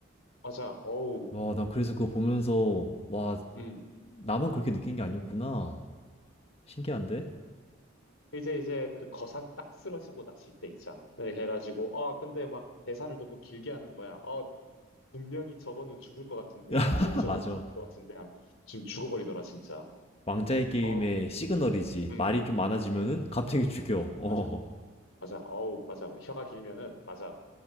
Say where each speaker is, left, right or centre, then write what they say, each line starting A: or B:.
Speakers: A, on the left; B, on the left.
A: 맞아. 어우.
B: 와 나 그래서 그거 보면서 와
A: 음.
B: 나만 그렇게 느낀 게 아니었구나 신기한데
A: 이제 이제 그 거산 딱 쓰러지고 났을 때 있잖아. 그래 해가지고 아 근데 막 대사를 너무 길게 하는 거야. 어 분명히 저거는 죽을 것 같은데 분명히
B: <laughs> 아,
A: 저거는
B: 맞아
A: 죽을 것 같은데 하면 지금 죽어버리더라 진짜.
B: 왕자의 게임의
A: 어.
B: 시그널이지
A: 음.
B: 말이 좀 많아지면은 갑자기 죽여 어
A: 맞아. 맞아. 어우, 맞아. 뭐 혀가 길면은, 맞아.